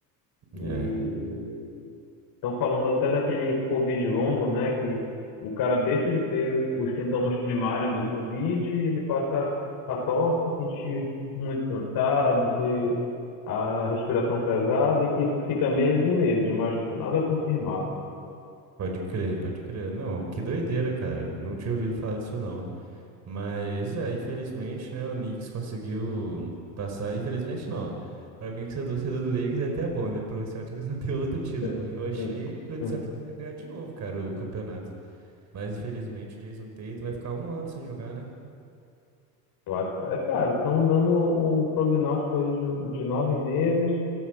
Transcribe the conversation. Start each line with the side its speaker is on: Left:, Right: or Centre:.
Left: E
Right: É,
Left: Estão falando até daquele Covid longo, né? Que o cara deixa de ter os sintomas primários do Covid e ele passa a só se sentir muito cansado, ter a respiração pesada e que isso fica meses e meses, mas nada confirmado.
Right: pode crer, pode crer. Não, que doideira, cara. Não tinha ouvido falar disso, não. Mas é, infelizmente, né, o Knicks conseguiu passar. Infelizmente não. Pra mim que sou torcedor do Lakers é até bom, né? Pro Celtics <laughs> não ter outro título,
Left: É,
Right: porque eu achei
Left: sim,
Right: que o
Left: sim.
Right: Celtics ia ganhar de novo, cara, o campeonato. Mas infelizmente o Jason Tatum vai ficar um ano sem jogar, né?
Left: Eu acho- É, cara, estão dando o prognóstico aí de, de nove meses,